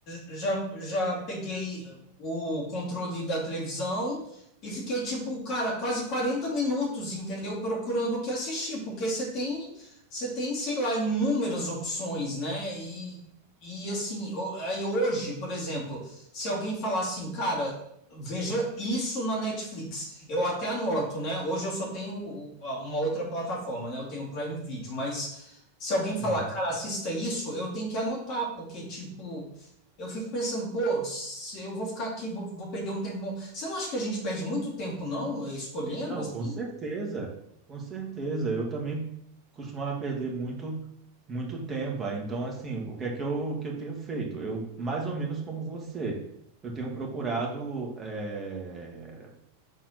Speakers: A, on the left; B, on the right.
A: já, já peguei o controle da televisão e fiquei, tipo, cara, quase 40 minutos, entendeu? Procurando o que assistir, porque você tem, você tem, sei lá, inúmeras opções, né? E, e assim, o- aí hoje, por exemplo, se alguém falar assim, cara. Veja isso na Netflix. Eu até anoto, né? Hoje eu só tenho uma outra plataforma, né? Eu tenho o Prime Video, mas se alguém falar,
B: Uhum.
A: cara, assista isso, eu tenho que anotar, porque, tipo, eu fico pensando, pô, se eu vou ficar aqui, vou, vou perder um tempo bom. Você não acha que a gente perde muito tempo, não, escolhendo?
B: Não,
A: assim?
B: com certeza, com certeza. Eu também costumava perder muito, muito tempo. Aí, Então, assim, o que é que eu, que eu tenho feito? Eu, mais ou menos como você, eu tenho procurado. eh,